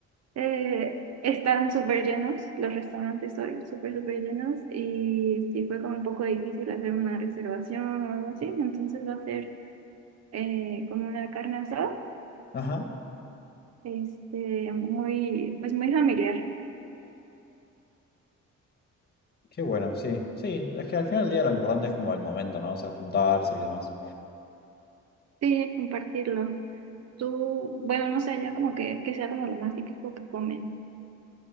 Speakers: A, on the right (about 60°); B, on the left (about 35°).
A: eh, están súper llenos, los restaurantes hoy súper, súper llenos y sí fue como un poco difícil hacer una reservación o algo así, entonces va a ser eh, como una carne asada,
B: <laughs> Ajá,
A: este, muy, pues muy familiar,
B: qué bueno, sí. Sí, es que al final del día lo importante es como el momento, ¿no? O sea, juntarse y demás.
A: sí, compartirlo. Tú, bueno, no sé, ya como que, que sea como lo más típico que comen.